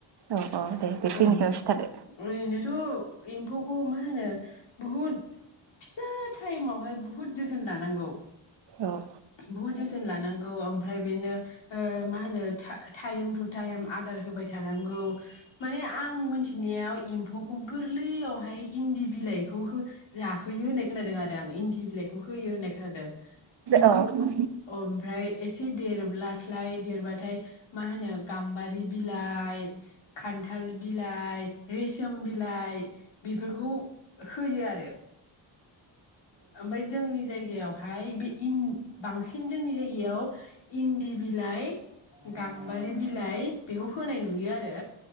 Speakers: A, on the right; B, on the left.
A: औ औ दे बेखिनिखौनो
B: औ
A: खिथादो
B: ओरैनोथ' एम्फौखौ मा होनो बहुद फिसा टाइमावहाय बुहुद जोथोन लानांगौ।
A: औ
B: बहुद जोथोन लानांगौ ओमफ्राय बेनो ओ मा होनो टा टाइम टु टाइम आदार होबाय थानां औ माने आं मोनथिनायाव एम्फौखौ गोरलैयावहाय इन्दि बिलाइखौ हो जाहोयो होननाय खोनादों आरो आं इन्दि बिलाइखौ होयो होननाय खोनादों। अ
A: औ
B: ओमफ्राय एसे देरोब्ला फ्राय देरबाथाय माहोनो गमबारि बिलाय खनथाल रेसम बिलाय बिफ फोरखौ होयो आरो ओमफ्राय जोंनि जायगायाव। हाय बि इन बांसिन जोंनि जायगायाव इन्दि बिलाइ गाम्बारि बिलाइ बेखौ फोनाय नुयो आरो